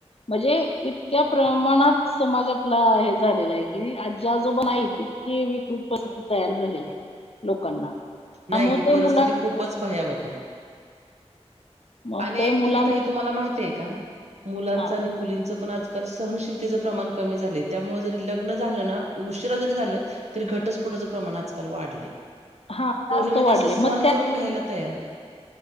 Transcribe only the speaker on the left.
म्हणजे इतक्या प्रमाणात समाज आपला हे झालेला आहे कि आजी आजोबा नाहीत इतकीे विकृत प तयार झालेली आहे लोकांना त्यामुळे
ते
मुलां
मग
ते
मुलांना
हा
हां,
जास्त
वाढले.
मग